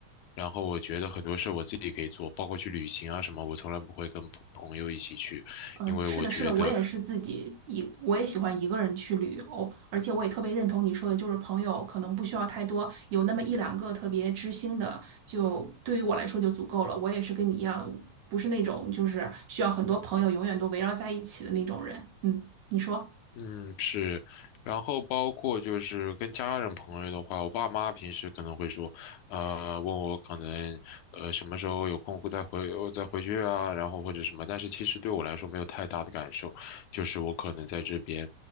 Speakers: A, on the left; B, on the right.
A: 然后我觉得很多事我自己可以做，包括去旅行啊什么，我从来不会跟朋朋友一起去，
B: 嗯，
A: 因为我觉得。
B: 是的，是的，我也是自己一，我也喜欢一个人去旅游，而且我也特别认同你说的，就是朋友可能不需要太多，有那么一两个特别知心的，就对于我来说就足够了。我也是跟你一样，不是那种就是需要很多朋友永远都围绕在一起的那种人。嗯，你说。
A: 嗯，是，然后包括就是跟家人朋友的话，我爸妈平时可能会说，呃，问我可能呃什么时候有空会再回我再回去啊，然后或者什么，但是其实对我来说没有太大的感受，就是我可能在这边，